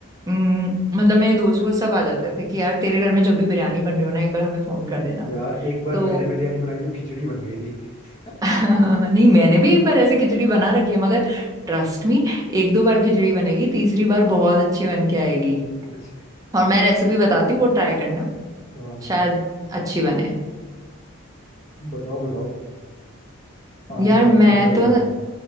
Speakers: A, on the right (about 15°); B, on the left (about 30°).
A: उम, मतलब मेरे दोस्त वो सब आ जाते थे कि यार तेरे घर में जब भी बिरयानी बन रही हो ना एक बार हमें फोन कर देना
B: यार एक बार
A: तो
B: मैंने बिरयानी बनाई तो खिचड़ी बन गई थी।
A: <laughs> नहीं
B: हाँ,
A: मैंने भी एक बार ऐसे खिचड़ी बना रखी है मगर ट्रस्ट मी एक दो बार खिचड़ी बनेगी तीसरी बार बहुत अच्छी बन के आएगी
B: अच्छा
A: और मैं रेसिपी बताती हूँ वो ट्राई करना
B: हाँ हाँ,
A: शायद अच्छी बने
B: बताओ बताओ आज
A: यार
B: रात
A: मैं
B: को ही ट्राई
A: तो
B: करता
A: न...
B: हूँ